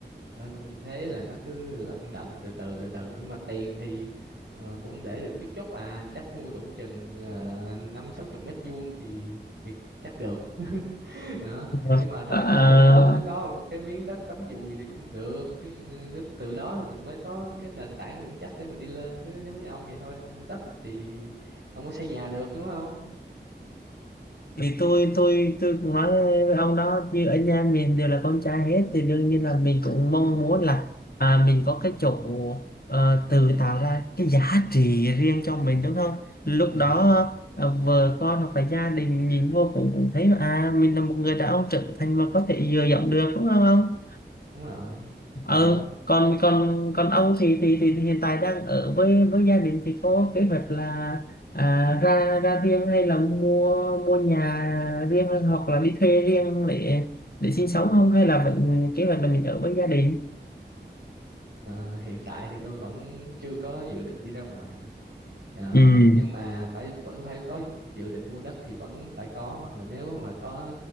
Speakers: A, on the right; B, on the left.
A: cho nên thế là nó cứ lận đận từ từ từ từ nhưng mà tiền thì ờ, cũng để được chút chút à chắc nuôi đủ chừng ờ, năm sáu chục mét vuông thì, thì chắc được <laughs> đó.
B: <laughs>
A: nhưng mà thôi
B: à,
A: kệ nó nó có một cái miếng đất cắm dùi thì cũng được cái ờ, nước từ đó thì mình mới có cái nền tảng vững chắc để mình đi lên chứ giống như ông vậy thôi ông mua đất thì ông mới xây nhà được đúng không
B: thì tôi tôi tôi cũng nói với ông đó như ở nhà mình đều là con trai hết thì đương nhiên là mình cũng mong muốn là à, mình có cái chỗ ờ, tự tạo ra cái giá trị riêng cho mình đúng không lúc
A: ừ
B: đó ờ, vợ con hoặc là gia đình nhìn vô cũng cũng thấy à mình là một người đàn ông trưởng thành mà có thể dựa dẫm được đúng không ông
A: đúng rồi
B: ờ
A: thì đó
B: còn còn còn ông thì, thì thì hiện tại đang ở với với gia đình thì có kế hoạch là à, ra ra riêng hay là mua mua nhà riêng hoặc là đi thuê riêng để để sinh sống không hay là vẫn kế hoạch là mình ở với gia đình
A: Ờ, hiện tại thì tôi vẫn chưa có dự định đi ra ngoài Ờ,
B: ừ
A: nhưng mà phải vẫn phải có dự định mua đất thì vẫn phải có hoặc là nếu mà có